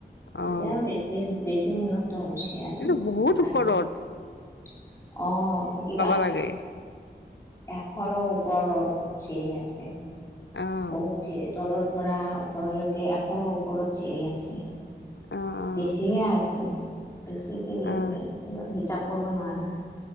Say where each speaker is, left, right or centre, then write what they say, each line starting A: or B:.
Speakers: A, on the left (about 15°); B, on the left (about 80°).
A: এতিয়া
B: অ',
A: আৰু বেছি-বেছি মূল <unintelligible> মহত্ব হৈছে আৰু
B: এইটো বহুত
A: ভাল
B: ওপৰত
A: <unintelligible> অঁ কিবা
B: পাগৈ <unintelligible>
A: এশৰো ওপৰত চিৰি আছে
B: অ',
A: বহুত চিৰিত। <unintelligible> তলৰ পৰা ওপৰলৈকে এশৰৰো ওপৰত চিৰি আছে। <inaudible>
B: অ',
A: বেছিহে আছে বেছি চিৰি
B: অ', অ',
A: আছে হিচাপ কৰিব নোৱাৰি। <unintelligible>